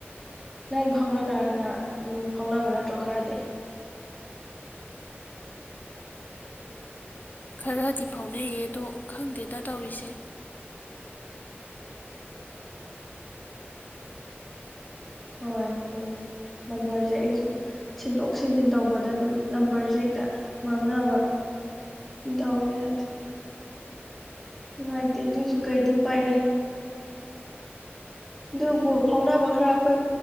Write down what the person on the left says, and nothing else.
ꯈꯔꯗꯤ ꯐꯥꯎꯅꯩꯌꯦ ꯑꯗꯣ ꯈꯪꯗꯦꯗ ꯇꯧꯔꯤꯁꯦ꯫